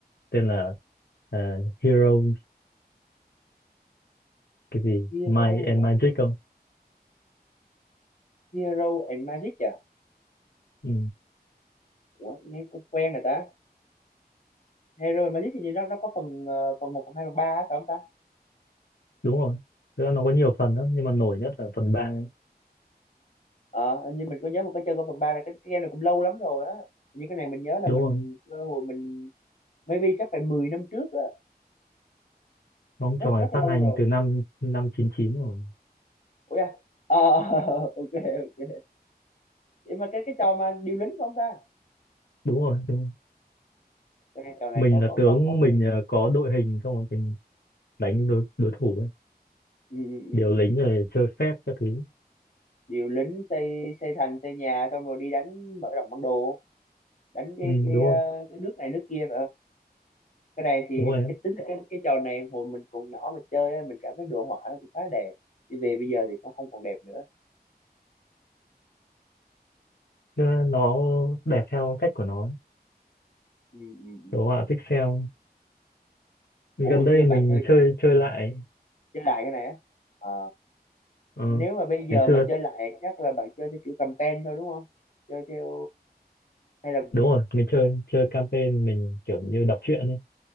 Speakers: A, on the left (about 75°); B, on the left (about 50°).
A: tên là à, Heroes cái gì
B: Hero
A: Might and Magic không
B: Hero and Magic à
A: ừ,
B: Ủa, nghe cũng quen rồi ta Hero and Magic thì như nó nó có phần ờ, phần một, phần 2, phần 3 á, phải không ta
A: đúng rồi thực ra nó có nhiều phần lắm nhưng mà nổi nhất là phần 3
B: ờ hình như mình có nhớ mình có chơi qua phần 3 này cái, cái game này cũng lâu lắm rồi á như cái này mình nhớ là
A: đúng
B: mình
A: rồi
B: cơ hội mình maybe chắc phải mười năm trước á
A: bóng
B: rất
A: trò
B: rất
A: này
B: lâu
A: phát hành
B: rồi
A: từ năm năm chín chín rồi
B: ủa à ờ <laughs> ok ok Nhưng mà cái cái trò mà điều lính phải không ta
A: đúng rồi đúng rồi.
B: cái trò này
A: mình
B: có
A: là
B: có
A: tướng
B: có có
A: mình à, có đội hình xong rồi mình đánh đối đối thủ ấy
B: ừ, ừ,
A: điều
B: ừ, ừ.
A: lính rồi chơi phép các thứ
B: điều lính xây xây thành xây nhà xong rồi đi đánh mở rộng bản đồ đánh cái
A: ừ,
B: cái,
A: đúng
B: ờ,
A: rồi
B: cái nước này nước kia cái này thì
A: đúng rồi
B: cái tính là cái cái trò này hồi mình còn nhỏ mà chơi á, mình cảm thấy đồ họa nó cũng khá đẹp đi về bây giờ thì cũng không còn đẹp nữa
A: Chứ nó đẹp theo cách của nó
B: ừ, ừ, ừ.
A: đồ họa pixel gần
B: ủa hồi
A: đây
B: xưa bạn
A: mình
B: chơi
A: chơi chơi lại
B: chơi lại cái này á à,
A: ờ,
B: nếu mà bây giờ
A: ngày xưa
B: mà chơi lại chắc là bạn chơi theo kiểu cầm ten thôi đúng không chơi theo hay là
A: đúng rồi mình chơi chơi campaign mình kiểu như đọc truyện ấy